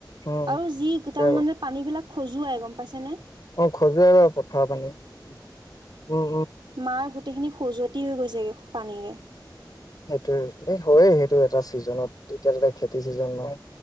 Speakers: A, on the left (about 55°); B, on the right (about 85°).
A: উম
B: আৰু
A: উম
B: যি <unintelligible>
A: সেইটোৱে আৰু
B: মানে পানী বিলাক খজুৱাই গম পাইছে নে।
A: অ', খজুৱে আৰু পথাৰ পানী, উম, উম।
B: মাৰ গোটেইখিনি খজুৱতি হৈ গৈছেগে পানীৰে।
A: সেইৱেই, এ, হয়য়ে সেইটো এটা ছিজনত, এতিয়া তাতে খেতি চিজন নহয়।